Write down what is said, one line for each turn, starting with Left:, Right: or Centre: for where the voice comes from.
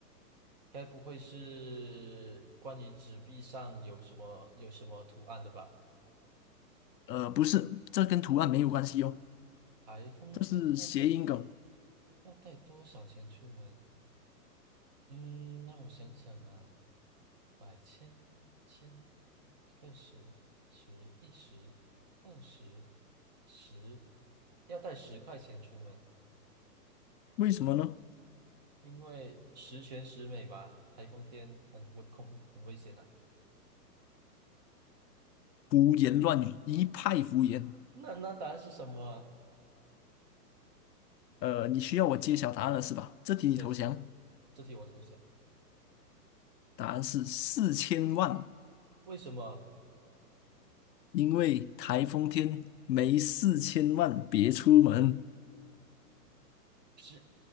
Right: 该不会是关于纸币上有什么有什么图案的吧？
Left: 呃，不是，这跟图案没有关系哦，
Right: 台风天要带
Left: 这是谐音梗，
Right: 要带多少钱出门？嗯，让我想想啊，百千千个十十一十二十十，要带十块钱出门，
Left: 为什么呢？
Right: 因为十全十美吧。台风天很危恐很危险啊。
Left: 胡言乱语，一派胡言。
Right: 那那答案是什么啊
Left: 呃，你需要我揭晓答案了是吧？这题你投降，
Right: 是的，是的，这题我投降。
Left: 答案是四千万，
Right: 为什么
Left: 因为台风天没四千万别出门。
Right: 是？